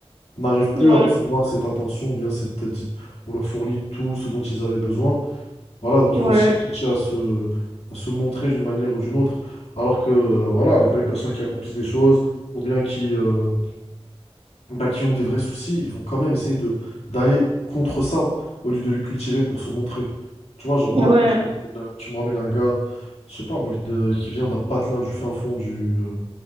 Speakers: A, on the left (about 75°); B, on the right (about 60°).
A: n'arrivent plus
B: Ouais,
A: à recevoir cette attention, ou bien cette, on leur fournit tout ce dont ils avaient besoin. Voilà, donc
B: ouais,
A: ils vont chercher à se, à se montrer d'une manière ou d'une autre. Alors que euh, voilà, les vraies personnes qui accomplissent des choses ou bien qui, euh, bah, qui ont des vrais soucis, ils vont quand même essayer de d'aller contre ça au lieu de le cultiver pour se montrer. Tu vois, genre moi,
B: ouais,
A: tu me ramènes tu me ramènes un gars, je sais pas moi, de- qui vient d'un patelin du fin fond du. euh,